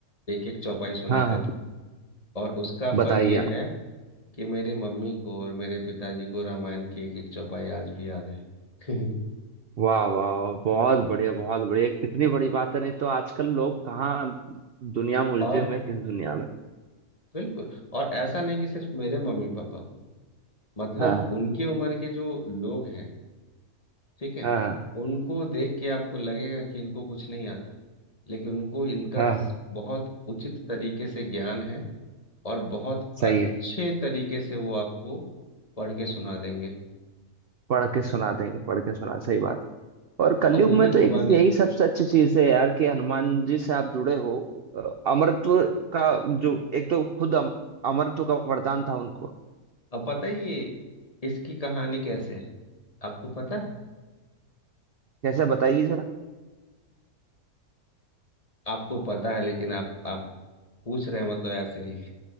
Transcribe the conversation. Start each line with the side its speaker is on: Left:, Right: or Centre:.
Left: एक एक चौपाई सुनाते
Right: हाँ हाँ
Left: थे और उसका
Right: बताइए
Left: फल ये
Right: आप
Left: है कि मेरी मम्मी को और मेरे पिताजी को रामायण की एक एक चौपाई आज भी याद है <laughs>
Right: वाह वाह वाह, बहुत बढ़िया बहुत बढ़िया कितनी बड़ी बात है नहीं तो आजकल लोग कहाँ दुनिया में उलझे
Left: और
Right: हुए हैं, किस दुनिया में
Left: बिल्कुल और ऐसा नहीं कि सिर्फ मेरे मम्मी पापा को मतलब
Right: हाँ
Left: उनके उम्र के जो लोग हैं ठीक है
Right: हाँ हाँ
Left: उनको देख के आपको लगेगा कि इनको कुछ नहीं आता लेकिन उनको इनका
Right: हाँ।
Left: स- बहुत उचित तरीके से ज्ञान है और बहुत
Right: सही
Left: अच्छे
Right: है
Left: तरीके से वो आपको पढ़ के सुना देंगे
Right: पढ़ के सुना देंगे पढ़ के सुना सही बात और कलयुग
Left: और वो
Right: में
Left: भी
Right: तो एक
Left: जुबानी
Right: यही सबसे अच्छी चीज है यार कि हनुमान जी से आप जुड़े हो अ, अमरत्व का जो एक तो खुद अम, अमरत्व का वरदान था उनको
Left: अब पता है ये इसकी कहानी कैसे है आपको पता है
Right: कैसे बताइए जरा
Left: आपको पता है लेकिन आप आप पूछ रहे हैं मतलब ऐसे ही